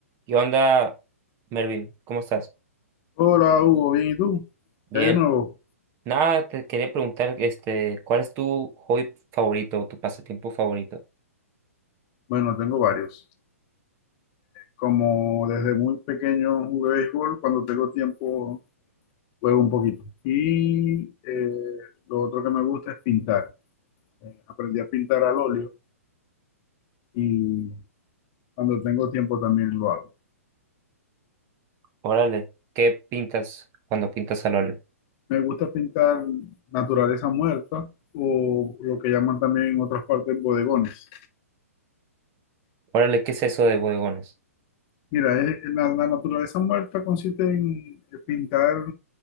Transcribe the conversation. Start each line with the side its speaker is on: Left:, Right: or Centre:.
Right: ¿Qué onda, Mervin? ¿Cómo estás?
Left: Hola Hugo, bien, ¿y tú?
Right: Bien.
Left: ¿Qué hay de nuevo?
Right: Nada, te quería preguntar, este, ¿cuál es tu hobby favorito o tu pasatiempo favorito?
Left: Bueno, tengo varios. Como desde muy pequeño jugué béisbol, cuando tengo tiempo juego un poquito. Y eh, lo otro que me gusta es pintar. Eh, aprendí a pintar al óleo y cuando tengo tiempo también lo hago.
Right: Órale, ¿qué pintas cuando pintas al óleo?
Left: Me gusta pintar naturaleza muerta o lo que llaman también en otras partes bodegones.
Right: Órale, ¿qué es eso de bodegones?
Left: Mira, es- la, la naturaleza muerta consiste en pintar